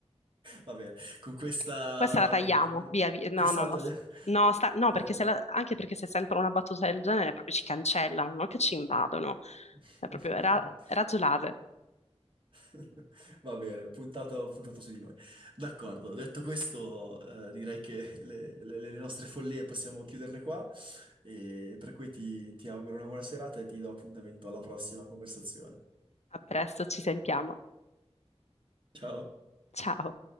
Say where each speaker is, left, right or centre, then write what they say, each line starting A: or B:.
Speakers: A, on the right; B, on the left.
A: Va bene, con questa...
B: Questa la tagliamo, via, via. No,
A: questa
B: no,
A: la
B: no,
A: togliamo.
B: no,
A: <laughs>
B: sta- no,
A: Eh,
B: perché se
A: no.
B: la- anche perché se sentono una battuta del genere proprio ci cancellano, non che ci invadono,
A: <laughs>
B: è proprio ra- razzo laser.
A: <laughs> Va bene, puntato, puntato su di noi. D'accordo, detto questo, eh, direi che le, le- le nostre follie possiamo chiuderle qua, e per cui ti ti auguro una buona serata e ti do appuntamento alla prossima conversazione.
B: A presto, ci sentiamo.
A: Ciao!
B: Ciao.